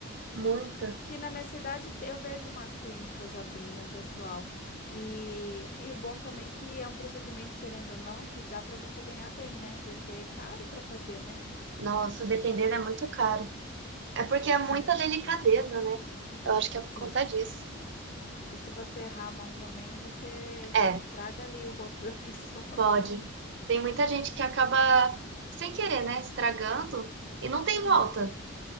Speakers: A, on the right; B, on the left.
A: muita.
B: Aqui na minha cidade te- eu vejo umas clínicas abrindo, um pessoal. E, e o bom também é que é um procedimento, querendo ou não, que dá para você ganhar bem, né? Porque é caro para fazer, né?
A: Nossa, dependendo é muito caro. É porque
B: Sim,
A: é muita delicadeza, né? Eu acho que é
B: sim.
A: por conta disso.
B: E se você errar a mão também, você
A: É,
B: estraga ali o rosto da <laughs> pessoa.
A: pode. Tem muita gente que acaba, sem querer, né? Estragando e não tem
B: Sim,
A: volta.